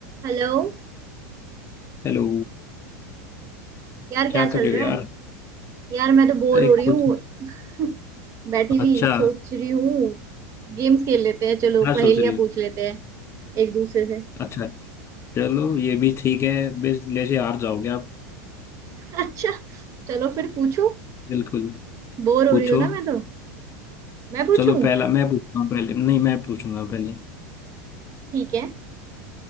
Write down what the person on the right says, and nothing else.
हेलो
यार
क्या
चल
रहा
है यार मैं तो बोर
हो रही
हूँ <laughs> बैठी हुई
सोच रही हूँ गेम्स खेल लेते हैं चलो
पहेलियां
पूछ लेते हैं एक दूसरे से
<laughs> अच्छा चलो फिर पूछूं
बोर हो
रही हूँ ना मैं तो मैं पूछूं
ठीक है